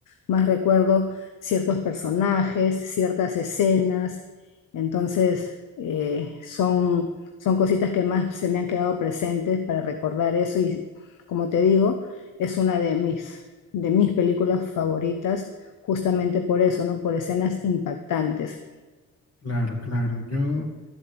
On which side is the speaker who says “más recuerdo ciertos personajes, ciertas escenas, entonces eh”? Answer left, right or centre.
Left